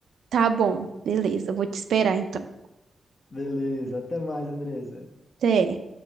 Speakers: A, on the right; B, on the left.
A: Tá bom. Beleza, eu vou te esperar então.
B: Beleza, até mais, Andresa.
A: Até.